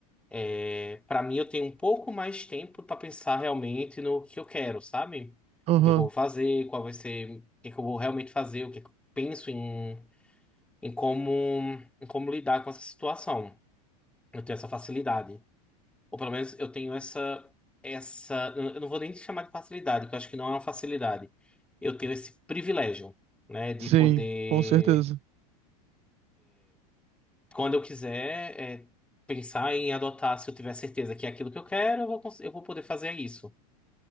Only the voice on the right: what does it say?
Aham,
Sim,
com certeza.